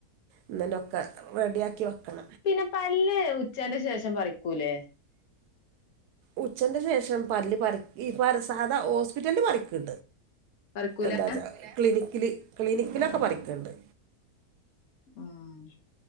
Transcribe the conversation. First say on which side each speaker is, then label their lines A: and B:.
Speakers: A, on the right; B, on the left.
A: ഇന്നലെൊക്കെ റെഡിയാക്കി വെക്കണം
B: പിന്നെ പല്ലേ ഉച്ചന്റെ ശേഷം പറിക്കൂലേ
A: ഉച്ചന്റെ ശേഷം പല്ല് പറ ഈ സാധാ ഹോസ്പിറ്റലില് പറിക്ക്
B: പറിക്കൂല
A: എന്താച്ചാ ക്ലിനിക്കില് ക്ലിനിക്കിലൊക്കെ പറിക്കുന്നുണ്ട്
B: ആഹ